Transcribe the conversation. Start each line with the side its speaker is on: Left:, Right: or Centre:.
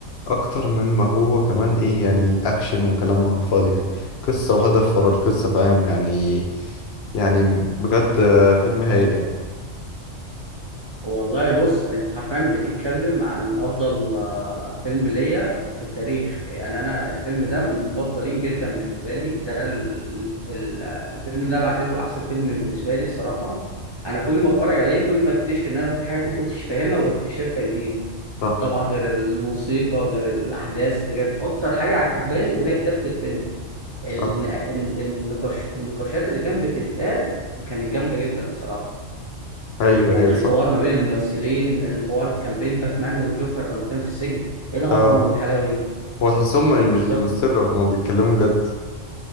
Left: اكتر من ما هو كمان ايه يعني اكشن وكلام على الفاضي يعني قصة وهدف ورا القصة فاهم يعني يعني بجد آه، فيلم هايل يعني
Right: والله بص انت حرفيا بتتكلم عن افضل آه، فيلم ليا في التاريخ يعني انا الفيلم ده من المفضلين جدا بالنسبه لي ده ال- ال- آه، الفيلم ده بعتبره احسن فيلم بالنسبه لي الصراحه انا كل ما اتفرج عليه كل ما اكتشف ان انا في حاجات ما كنتش فاهمها وبكتشفها جديد
Left: صح
Right: طبعا غير الموسيقى غير الاحداث غير اكتر حاجه عجباني وهي كتابه الفيلم الن-
Left: صح
Right: الن- النقاش النقاشات اللي كانت بتتقال كانت جامده جدا الصراحه
Left: ايوه
Right: يعني
Left: ايوه
Right: الحوار
Left: صح
Right: ما بين الممثلين الحوار كان بين باتمان والجوكر لما كان في السجن ايه العظمه
Left: اه
Right: والحلاوه دي
Left: هو تحسهم مش
Right: بالظبط
Left: بيمثلوا هما بيتكلموا بجد